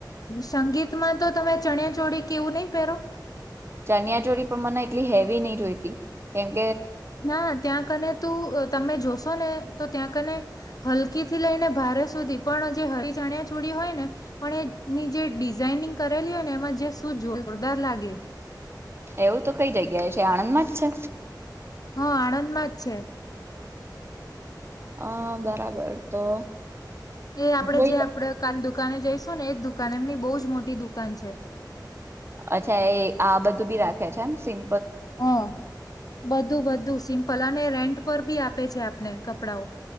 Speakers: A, on the left; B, on the right.
A: સંગીતમાં તો તમે ચણીયા ચોળી કે એવું નહી પહેરો
B: ચનિયા ચોરી પણ મને એટલી હેવી નહી જોઈતી કેમ
A: ના ત્યાં કને તું અહ તમે જોશો ને તો ત્યાં કને હલકી થી લઈને ભારે સુધી પણ જે હરી ચનીયા ચુડી હોય ને પણ એની જે ડિઝાઈનિંગ કરેલી હોય ને એમાં જે શું જોરદાર લાગે.
B: એવું તો કઈ જગ્યાએ છે, આણંદમાં જ છે
A: હા આણંદમાં છે.
B: અહ બરાબર તો
A: જે આપડે
B: જોઈ
A: જે આપડે કાલ દુકાને જઈશું શું ને એ જ દુકાન એમની બહુ જ મોટી દુકાન છે.
B: અચ્છા એ આ બધું બી રાખે છે એમ સિંગ
A: હા બધું બધું સિમ્પલ અને રેન્ટ પર બી આપે છે આપણે કપડાઓ